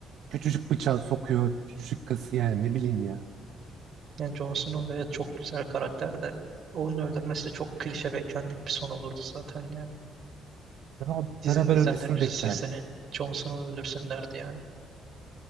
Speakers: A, on the right; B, on the right.
A: küçücük bıçağı sokuyor, küçücük kası yani ne bileyim ya.
B: Yani Jon Snow evet çok güzel karakter de onun öldürmesi de çok klişe beklendik bir son olurdu zaten ya.
A: Ya ben
B: Dizinin
A: beraber
B: izleyenlerin
A: ölmesini
B: %80'i
A: beklerdim.
B: Jon Snow öldürsün derdi yani.